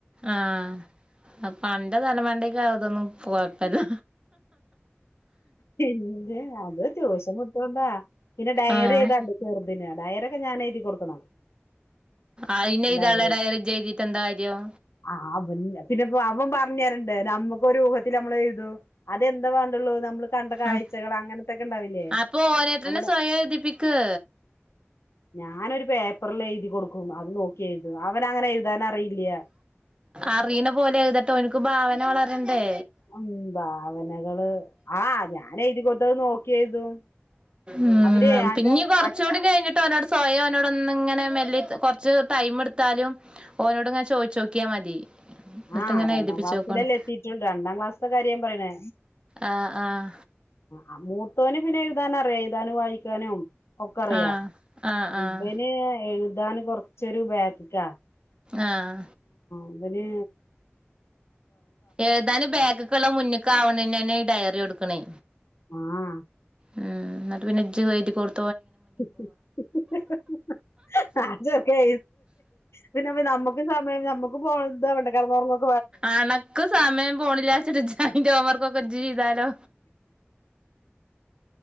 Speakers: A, on the right; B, on the left.
A: ആഹ പണ്ടത തലമണ്ടേയിൽ കേറത്തൊന്നും കൊഴപ്പില്ല
B: പിന്ന അത് ച്യൂഷം മുട്ടണ്ടാ പിന്നെ ഡയറി
A: ആഹ്
B: ചെയ്താണ്ട് ച ഡയരൊക്കെ ഞാൻ എഴുതി കൊടുക്കണം
A: അയിന് ഇതള്ളട
B: ഡയറി
A: ഇജ്ജെഴുതീട്ടെന്താ കാര്യം
B: ആ അവ പിന്നെപ്പോ അവൻ പറഞ്ഞറുണ്ടെ നമ്മുക്ക് ഒരു ഊഹത്തി നമ്മൾ എഴുതു അതെന്താ വേണ്ടുള്ളൂ നമ്മ കണ്ട കാഴ്ചകൾ
A: ആഹ്
B: അങ്ങനത്തൊക്കെ ഇണ്ടാവില്ലേ
A: അപ്പൊ ഓനേട്ടനെ
B: നമ്മള്
A: സ്വയം എഴുതിപ്പിക്ക്
B: ഞാനൊരു പേപ്പറൽ എഴുതി കൊടുക്കും അത് നോക്കി എഴുതും അവനങ്ങനെ എഴുതാൻ അറിയില്ല
A: അറിയണ പോലെഴുതട്ടോ എനിക്ക് ഭാവന വളരണ്ടേ
B: ഉം ഭാവനകള് ആ ഞാന എഴുതി കൊത്തത് നോക്കി എഴുതും
A: ഉം
B: അവര് ഞാന്
A: പിന്നീ കൊറച്ചുകൂടി
B: ആ
A: കഴിഞ്ഞിട്ട് ഒരടുത്ത് സ്വയം നോട ഒന്ന ഇങ്ങനെ മെല്ലി കൊറച്ച് ടൈം എടുത്താലും ഓനോട്ങ്ങെ ചോദിച്ചോക്കിയാൽ മതി എന്നിട്ട്
B: ആഹ്
A: ഇങ്ങനെ
B: രണ്ടാം
A: എഴുതിപ്പിച്ചോക്കോണ്ട്
B: ക്ലാസ്സിലല്ലേ എത്തിട്ടണ്ട് രണ്ടാം ക്ലാസ്ത്തെ കാര്യൻ പറയണേ
A: ആഹ് ആഹ്
B: ആ മൂത്തോന ന്നെ എഴുതാന അറിയാം എഴുതാനും വായിക്കാനും ഒക്കെ അറിയാ
A: ആഹ് ആഹ് ആഹ്
B: ഇബന് എഴുതാൻ കൊറച്ചൊരു ബാക്ക്ല
A: ആഹ
B: അങ്ങനെ
A: ഏതാനും ബാഗുകളുള്ള മുന്നേക്ക ആവണന്നന്നെ ഈ ഡയറി എടുക്കണേ
B: ആഹ
A: ഉം എന്നിട്ട് പിന്നെ ഇജ്ജ് എഴുതി കൊടു
B: ഹ്ഹ്ഹ് അതൊക്കെ പിന്നെ നമ്മക്ക് സമയം നമ്മുക്ക് പോണം <unintelligible>
A: അണക്ക് സമയം പോണില്ലാച്ട്ട് ഇജയ്ന്റൊപ്പം ജീതാലോ